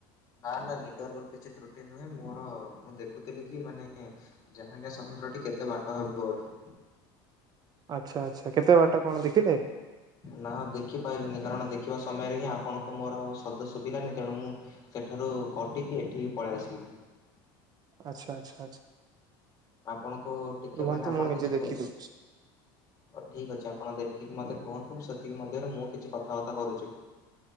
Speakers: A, on the left (about 30°); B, on the right (about 35°).
A: ନା ନା ନେଟାର୍କ ର କିଛି ତ୍ରୁଟି ନୁହେଁ ମୋର ମୁଁ ଦେଖୁଥିଲି କି ମାନେ ଜାହାନିଆ ସମୁଦ୍ରଟି କେତେ ବାଟ ହେବ ଏଇଠୁ?
B: ଆଚ୍ଛା ଆଚ୍ଛା କେତେ ବାଟ କଣ ଦେଖିଲେ?
A: ନା ଦେଖିପାଇଲିିନି କାରଣ ଦେଖିବା ସମୟରେ ହିଁ ଆପଣଙ୍କୁ ମୋର ଆଉ ଶବ୍ଦ ଶୁଭିଲାନି ତେଣୁ ମୁଁ ସେଠାରୁ କଟିକି ଏଠିକି ପଳେ ଆସିଲି।
B: ଆଚ୍ଛା ଆଚ୍ଛା ଆଚ୍ଛା।
A: ଆପଣଙ୍କୁ ଟିକେ
B: ରୁହନ୍ତୁ
A: ମାନେ ଆପଣ
B: ମୁଁ ନିଜେ
A: କିଛି
B: ଦେଖି
A: କୁ
B: ଦଉଛି
A: ଅ ଠିକ୍ ଅଛି ଆପଣ ଦେଖିକି ମତେ କୁହନ୍ତୁ ମୁଁ ସେତିକି ମଧ୍ୟରେ ମୁଁ କିଛି କଥାବାର୍ତା କରୁଚି।